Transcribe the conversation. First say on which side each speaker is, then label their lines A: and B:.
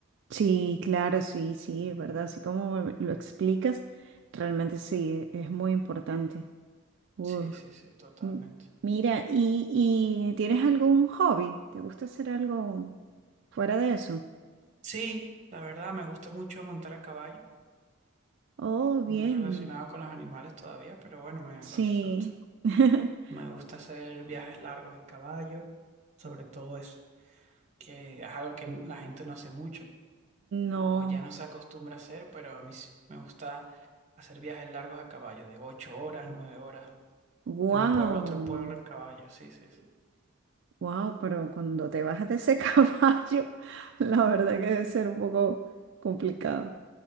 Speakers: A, on the right; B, on the right.
A: Sí, claro, sí, sí,
B: Ujú.
A: es verdad. Así como me- lo explicas, realmente sí, es muy importante. Uf.
B: Sí, sí, sí, totalmente.
A: M- Mira, ¿y, y tienes algún hobby? ¿Te gusta hacer algo fuera de eso?
B: Sí, la verdad me gusta mucho montar a caballo,
A: Oh, bien,
B: muy relacionado con los animales todavía, pero bueno, me
A: sí.
B: lo disfruto.
A: <laughs>
B: Me gusta hacer viajes largos en caballo, sobre todo eso, que es algo que la gente no hace mucho.
A: No,
B: o ya no se acostumbra a hacer, pero a mí sí me gusta hacer viajes largos a caballo, de ocho horas, nueve horas,
A: wow,
B: de un pueblo a otro pueblo en caballo, sí, sí, sí.
A: wow, pero cuando te bajas de ese <laughs> caballo, la verdad que debe ser un poco complicado.